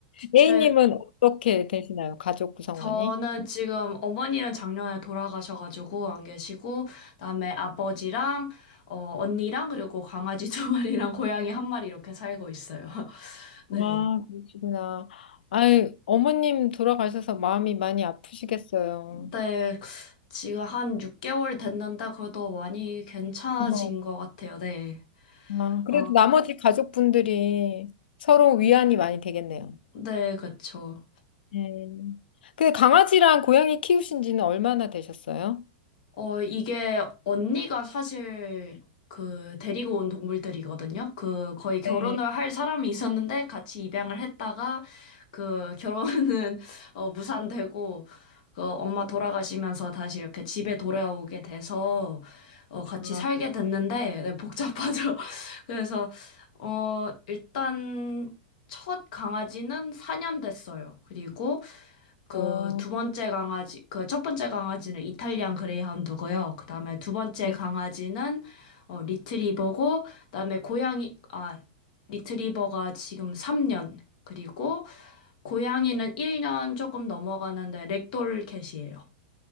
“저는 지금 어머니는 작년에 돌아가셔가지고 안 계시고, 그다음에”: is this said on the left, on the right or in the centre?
Left